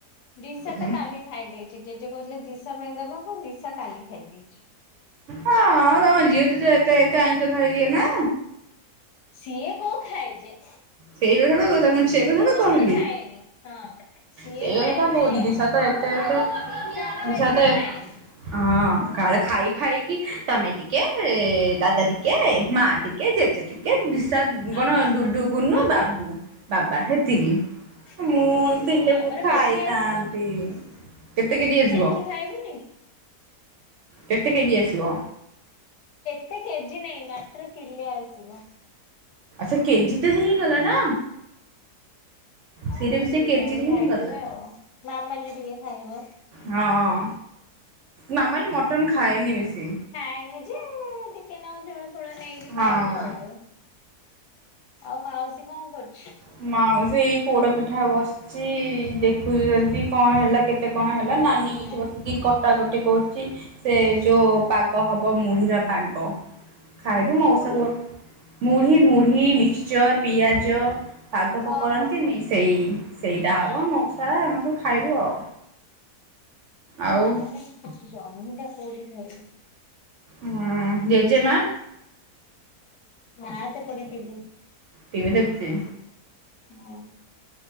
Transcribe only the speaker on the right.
ହଁ
ହଁ ତମ ଝିଅ ତ ତ ଏତେ ଏତେ ଆଇଁଷ ଖାଇଦିଏ ନା
ସେଇ କଥା ବା
ସେ କଥା ତ
କହିଲି
ସେ କଥା
ତ କହୁଛି
ଦିଶା ତ ଏତେ ଏତେ
ଦିଶା
ତ
ହଁ କାଳେ ଖାଇ ଖାଇକି ତମେ ଟିକେ, ଦାଦା ଟିକେ, ମା ଟିକେ, ଜେଜେ ଟିକେ ଦିସା
କଣ
ଡୁଡୁ, ଗୁନୁ,
ବାବୁ, ବାବା ହେତିକି
ମୁଁ
ଥିଲେ
ମୁଁ ଖାଇଥାନ୍ତି।
କେତେ କେଜି ଆସିବ
କେତେ କେଜି ଆସିବ?
ସେ କେଜି ତ ହେଇଗଲା ନା।
ସେଇଟା ବି ସେ
କେଜିରେ
ହିଁ ଗଲା
ହଁ। ମାମାଲି ମଟନ ଖାଏନି ବେଶୀ
ହଁ।
ମାଉସୀ ଏଇ ପୋଡ ପିଠା ବସିଛି ଦେଖୁଛନ୍ତି କଣ ହେଲା କେତେ କଣ ହେଲା
ନାନୀ
ଏଠି
ବସିକି କଟା କଟି କରୁଛି। ସେ ଯୋଉ ପାଗ ହବ ମୁଢିର ପାଗ ଖାଇବୁ
ମଉସମ
ମୁଢି ମୁଢି ମିକ୍ସଚର ପିଆଜ ପାଗ
କରନ୍ତିନି ସେଇ ସେଇଟା
ହବ
ମଉସା
ଆମେ
ସବୁ ଖାଇବୁ ଆଉ। ଆଉ
ହୁଁ ଜେଜେମା
ଟିଭିି ଦେଖିଚି।